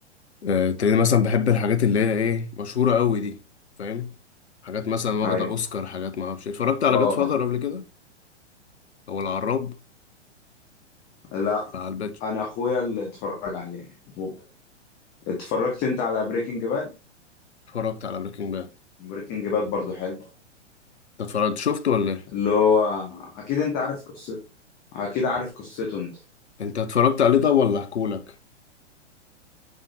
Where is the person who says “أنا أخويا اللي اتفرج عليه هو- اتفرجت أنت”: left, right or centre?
Left